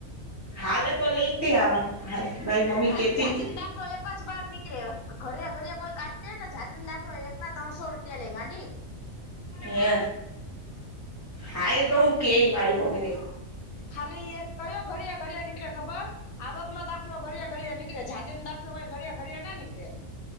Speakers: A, on the right; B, on the left.
A: હાલ તો લઈ ત આ મારી મમ્મી
B: હા
A: કેતી
B: તો જાતિનો
A: હતી.
B: દાખલો એક જ બાર નીકળે ઘર ઘર કોઈ કાઢ દે ને જાતને દાખલો એક ના ત્રણસો રૂપિયા લે ગાંડી.
A: હે હાઈ તો હું કેય મારી મમ્મી ને.
B: ખાલી એક કયો ઘરે ઘરે નીકળે ખબર? આવક નો દાખલો ઘે ઘડીએ નીકળે જાતિ નોાખલો કઈ ઘડ ઘડીએ ના નીકળે.